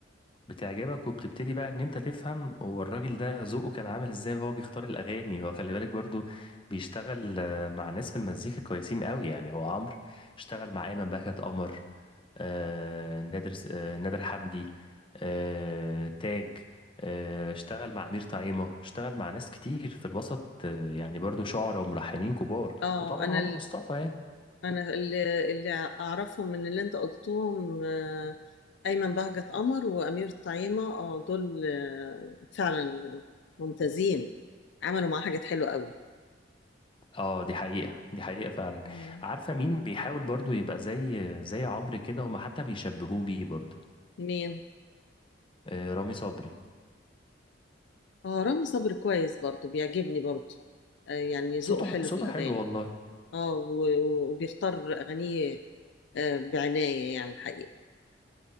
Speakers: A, on the left; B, on the left.
A: بتعجبك وبتبتدي بقى ان انت تفهم هو الراجل ده ذوقه كان عامل ازاي وهو بيختار الاغاني هو خلي بالك برضو بيشتغل آه، مع ناس في المزيكا كويسين قوي يعني هو عمرو اشتغل مع ايمن بهجت قمر آه، نادر س- آه، نادر حمدي آه، تاج آه، اشتغل مع أمير طعيمة اشتغل مع ناس كتير في الوسط آه، يعني برضو شعراء وملحنين كبار
B: اه
A: وطبعا
B: انا
A: عمرو
B: ال-
A: مصطفى يعني
B: انا اللي, اللي اعرفهم من اللي انت قلتهم آه، ايمن بهجت قمر وامير طعيمه اه دول آه، فعلا ممتازين عملوا معاه حاجات حلوه قوي
A: اه دي حقيقة دي حقيقة فعلا
B: مم.
A: عارفة مين بيحاول برضو يبقى زي زي عمرو كده هما حتى بيشبهوه بيه برضو
B: مين
A: آه، رامي صبري
B: اه رامي صبري كويس برضو بيعجبني برضو آه يعني ذوقه
A: صوته
B: حلو في
A: صوته
B: الأغاني
A: حلو والله
B: اه و- و- وبيختار أغانيه آه بعناية يعني الحقيقة